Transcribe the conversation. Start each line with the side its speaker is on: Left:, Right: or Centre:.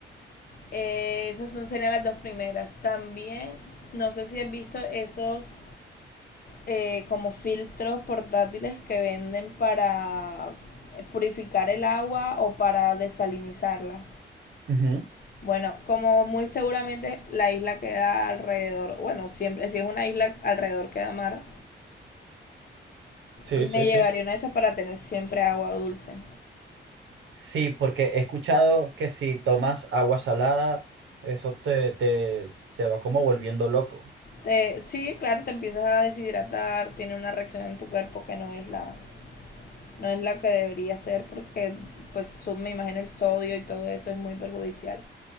Left: Eh, esas son, serían las dos primeras. También, no sé si has visto esos eh, como filtros portátiles que venden para purificar el agua o para desalinizarla.
Right: Ujú.
Left: Bueno, como muy seguramente la isla queda alrededor, bueno, siempre, si es una isla alrededor queda mar,
Right: Sí,
Left: me
Right: sí,
Left: llevaría
Right: sí.
Left: una de esas para tener siempre agua dulce.
Right: Sí, porque he escuchado que si tomas agua salada, eso te, te, te va como volviendo loco.
Left: Te- sí, claro, te empiezas a deshidratar, tiene una reacción en tu cuerpo que no es la, no es la que debería ser porque pues su- me imagino el sodio y todo eso es muy perjudicial.